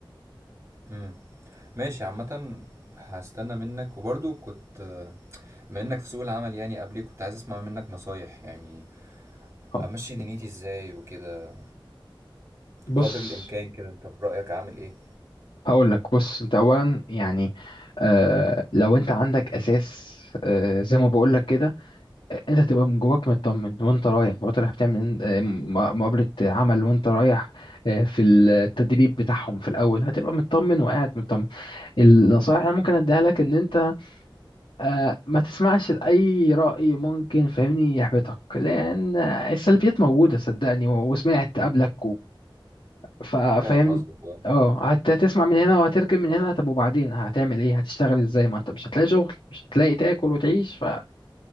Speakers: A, on the right; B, on the left.
A: مم. ماشي عامة هستنى منك وبرضو كنت بما انك في سوق العمل يعني قبلي كنت عايز اسمع منك نصايح يعني
B: اه
A: امشي دنيتي ازاي وكده
B: بص
A: قدر الامكان كده انت في رأيك اعمل ايه
B: هقول لك بص انت اولا يعني آه، لو انت عندك اساس آه، زي ما بقول لك كده انت تبقى من جواك مطمن وانت رايح وانت رايح بتعمل إن- آه، م- مقابلة عمل وانت رايح آه، في التدريب بتاعهم في الاول هتبقى مطمن وقاعد مطمن النصائح اللي أنا ممكن اديها لك ان انت آه، ما تسمعش لاي رأي ممكن فاهمني يحبطك لان السلبيات موجودة صدقني و- وسمعت قبلك فا- فاهمني
A: فاهم قصدك اه
B: اه هت- هتسمع من هنا وهتركب من هنا طب وبعدين هتعمل ايه هتشتغل ازاي ما انت مش هتلاقي شغل مش هتلاقي تاكل وتعيش ف